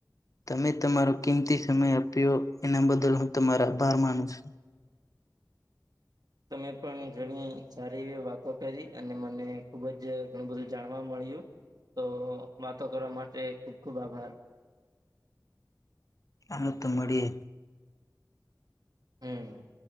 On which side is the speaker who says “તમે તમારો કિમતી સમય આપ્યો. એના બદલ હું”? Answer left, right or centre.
Left